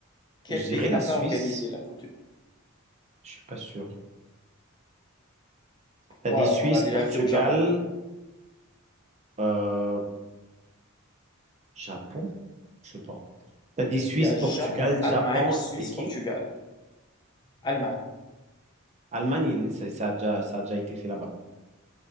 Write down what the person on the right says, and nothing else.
je dirais
la Suisse.
Je suis pas sûr.
T'as dit Suisse,
Portugal,
euh, Japon? Je sais pas. T'as dit Suisse,
Portugal,
Japon
et qui?
Allemagne, il- ça, ça a déjà, ça a déjà été fait là-bas.